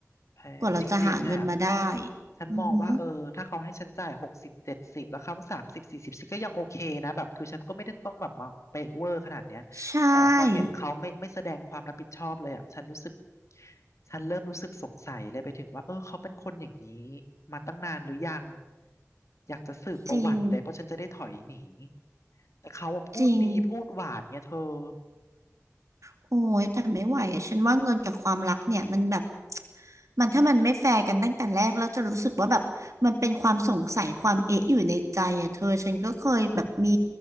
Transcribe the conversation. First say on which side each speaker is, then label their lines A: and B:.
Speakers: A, on the left; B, on the right.
A: แพงจริงๆอ่ะ
B: กว่าเราจะหาเงินมาได้
A: ฉันมองว่าเออถ้าเขาให้ฉันจ่ายหกสิบเจ็ดสิบแล้วเขาสามสิบสี่สิบฉันก็ยังโอเคนะแบบคือฉันก็ไม่ได้ต้องแบบมาเปะเวอร์ขนาดเนี้ยแต่พอเห็นเขาไม่ไม่แสดงความรับผิดชอบเลยอ่ะฉันรู้สึก
B: อือหือใช่
A: ฉันเริ่มรู้สึกสงสัยเลยไปถึงว่าเออเขาเป็นคนอย่างนี้มาตั้งนานหรือยังอยากจะสืบประวัติเลยเพราะฉันจะได้ถอยหนี
B: จริง
A: แต่เขาอะพูดดีพูดหวานเนี่ยเธอ
B: จริงโอ้ยแต่ไม่ไหวอะฉันว่าเงินกับความรักเนี่ยมันแบบ มันถ้ามันไม่แฟร์กันตั้งแต่แรกแล้วจะรู้สึกว่าแบบมันเป็นความสงสัยความเอ๊ะอยู่ในใจอ่ะเธอฉันก็เคยแบบมี